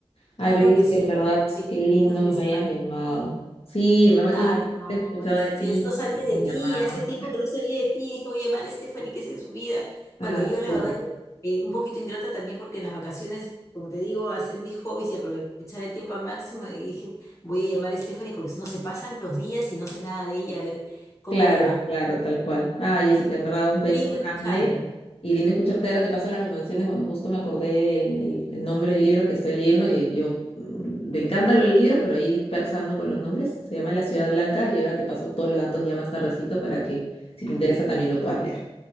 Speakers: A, on the left; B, on the left.
A: Ay,
B: Claro
A: pero es
B: que sí.
A: que en verdad,
B: Sí,
A: qué lindo
B: es lo principal.
A: que me hayas llamado. Sí, en verdad,
B: Ay,
A: qué lindo
B: no,
A: haber escuchado
B: es,
A: de ti,
B: si es- no sabía
A: que me
B: de
A: hayas
B: ti,
A: llamado.
B: hace tiempo que no sabía de ti, dije, oye, Mar Stephanie, ¿qué es de su vida? Bueno,
A: Ah,
B: yo la
A: súper.
B: verdad que eh, un poquito ingrata también porque en las vacaciones, como te digo, hacer mis hobbies y aprovechar el tiempo al máximo, y dije, voy a llamar a Stephanie porque si no se pasan los días y no sé nada de ella, a ver cómo
A: Claro,
B: le va.
A: claro, tal cual. Ah, Jessica, en verdad, un beso
B: Lindo escucharte,
A: grande y lindo escucharte. Ahora te paso las recomendaciones. Bueno, justo me acordé el, el- el nombre del libro que estoy leyendo y yo mm, me encantan los libros, pero ahí dispersando con los nombres. Se llama La Ciudad Blanca y ahora te paso todos los datos ya más tardecito para que si te interesa también lo puedas leer.